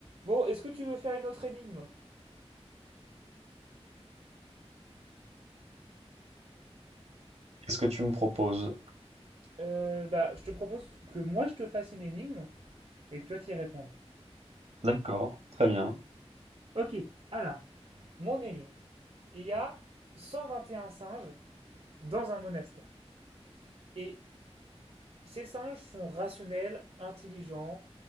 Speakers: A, on the right; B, on the right.
A: Bon, est-ce que tu veux faire une autre énigme
B: Qu'est-ce que tu me proposes?
A: Euh, Bah, je te propose que moi je te fasse une énigme et que toi t'y répondes.
B: D'accord, très bien.
A: Ok, alors, mon énigme. Il y a 121 singes dans un monastère. Et ces singes sont rationnels, intelligents,